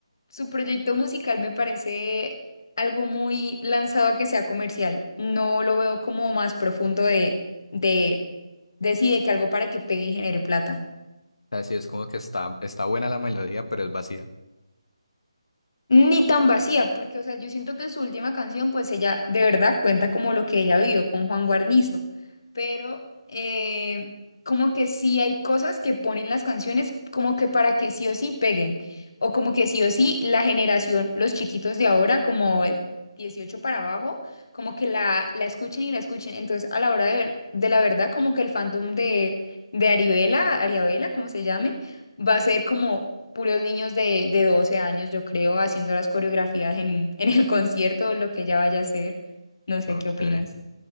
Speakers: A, on the left; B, on the left.
A: su proyecto musical me parece algo muy lanzado a que sea comercial, no lo veo como más profundo de, de, de sí, de que algo para que pegue y genere plata.
B: O sea, sí, es como que está, está buena la melodía, pero es vacía.
A: ni tan vacía, porque, o sea, yo siento que en su última canción, pues ella de verdad cuenta como lo que ella vivió con Juan Guarnizo, pero eh, como que sí hay cosas que ponen las canciones como que para que sí o sí peguen, o como que sí o sí la generación, los chiquitos de ahora, como eh, 18 para abajo, como que la, la escuchen y la escuchen. Entonces, a la hora de ver, de la verdad, como que el fandom de, de Aribela, Ariabela, como se llame, va a ser como puros niños de, de 12 años, yo creo, haciendo las coreografías en, en el <laughs> concierto o lo que ella vaya a hacer. No sé
B: Ok.
A: qué opinas.